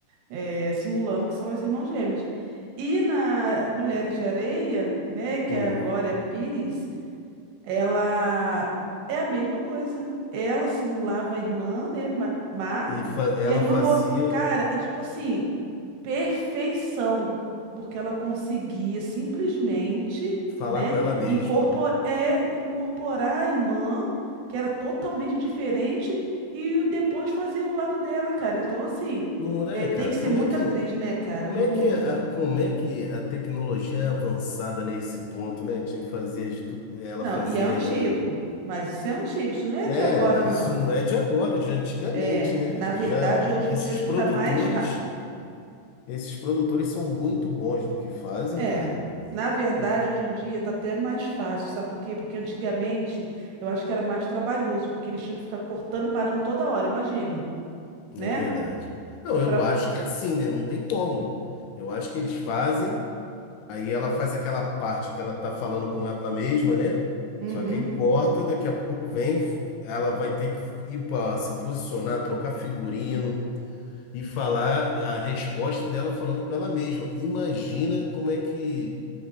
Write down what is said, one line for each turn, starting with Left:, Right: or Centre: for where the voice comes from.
Right: eh, simulando que são as irmãs gêmeas. E na Mulheres de Areia, né, que
Left: hum.
Right: é a Glória Pires, ela é a mesma coisa. Ela simulava a irmã, né, ma- má,
Left: E fa- ela
Right: e a irmã
Left: fazia
Right: boa. Cara, e tipo assim, perfeição, porque ela conseguia simplesmente,
Left: falar
Right: né,
Left: com ela mesma.
Right: incorpor- é, incorporar a irmã, que era totalmente diferente, e o- depois fazer o lado dela, cara. Então, assim,
Left: Não
Right: é,
Left: é,
Right: tem
Left: cara?
Right: que ser
Left: Como
Right: muito
Left: é que,
Right: atriz, né, cara?
Left: como
Right: Não,
Left: é que, a, como é que a tecnologia é avançada nesse ponto, né? De fazer as, du- ela
Right: não,
Left: fazia.
Right: e é antigo, mas isso é antigo, isso não é
Left: É,
Right: de agora,
Left: isso
Right: não.
Left: não é de agora, é de antigamente,
Right: É,
Left: né?
Right: na verdade,
Left: Já
Right: hoje
Left: esses
Right: em dia, acho
Left: produtores,
Right: que tá mais. ra-
Left: esses produtores são muito bons no que fazem,
Right: É,
Left: cara. Por-
Right: na verdade,
Left: Porque
Right: hoje em dia tá até mais fácil, sabe por quê? Porque antigamente eu acho que era mais trabalhoso, porque eles tinham que ficar cortando e parando toda hora, imagine, né?
Left: É verdade. Não, eu
Right: Pra...
Left: acho que é assim, né? Não tem como. Eu acho que eles fazem, aí ela faz aquela parte que ela tá falando com ela mesma, né?
Right: Uhum.
Left: Só que aí corta, daqui a pouco vem, f- ela vai ter que ir pra se posicionar, trocar figurino e falar a resposta dela falando com ela mesma. Imagina como é que